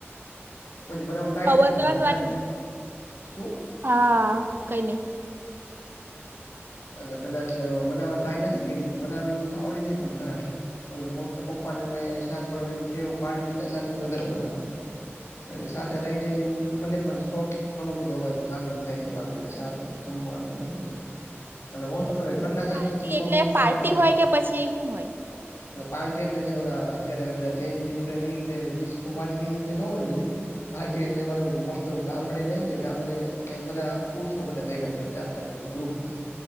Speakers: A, on the left (about 80°); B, on the right (about 50°).
A: પછી બનાવવાનું ટ્રાઈ
B: ખબર
A: નથી કર્યું
B: પડવાની
A: બનાવવી.
B: વાત ને
A: શું?
B: હા કઈ નઈ.
A: એ કદાચ બનાવવાની ટ્રાય નથી કરી પણ બનાવવી હોય તો આવડી જાય પણ ખરા. એ મોટા પપ્પાને ને શાક બનાનેવું પાલ્ટી ના શાક ને એવું વધારે બનાવે. એની સાથે રહી રહીને મને પણ શોખ ઘણો બધો હવે જાગૃત થાય છે પાલટી ને શાક. જમાનોને એ બધો. અને મો ઓ ઘરના શાક
B: પાર્ટી
A: પછી મમ્મીની
B: એટલે પાર્ટી
A: બનાવેલા
B: હોય
A: હો.
B: કે પછી હું હોય
A: પાર્ટી એટલે અત્યારેધ જેનતેિસ્કો પાર્ટી રીતે ન હોય બધી. પાર્ટી એટલે મારી મો ઓફ ગામડે જાય ને ગામડે ક બધા પુરષો બધા ભેગા છે. ગપમાં,